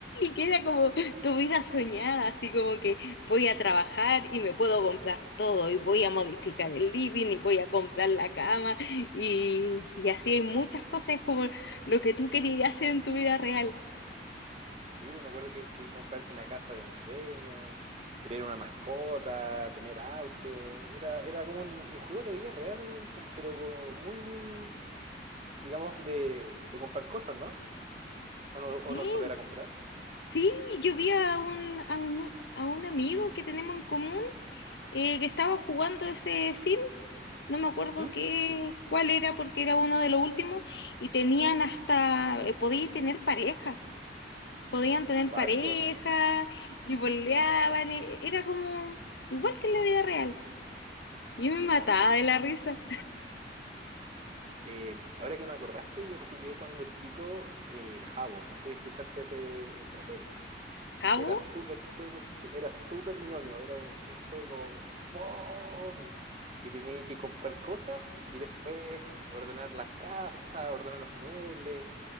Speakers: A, on the left; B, on the right.
A: que era como tu vida soñada, así como que voy a trabajar y me puedo comprar todo y voy a modificar el living y voy a comprar la cama y, y así hay muchas cosas como lo que tú querías hacer en tu vida real.
B: Sí, pues me acuerdo que podías comprarte una casa de ensueño, tener una mascota, tener auto. Era, era como un, un juego de vida real, con- pero co- muy, muy, digamos, de, de comprar cosas, ¿no? ¿O no, o
A: Sí,
B: no solo era comprar?
A: sí, yo vi a un, a un, a un amigo que tenemos en común eh, que estaba jugando ese sim, no me acuerdo
B: ¿Mm?
A: qué, cuál era porque era uno de los últimos y tenían hasta, eh, podía tener pareja. podían tener
B: Cuático.
A: pareja y boleaban, e- era como igual que en la vida real. Yo me
B: Te
A: mataba
B: cacho.
A: de la risa.
B: Eh, ahora que me acordaste, yo jugué cuando chico el Jabo. No sé si escuchaste ese, ese juego.
A: Jabo,
B: Que era súper, súper, sí, era súper ñoño. Era un, un juego fome. Que tenía que comprar cosas y después ordenar las casas, ordenar los muebles,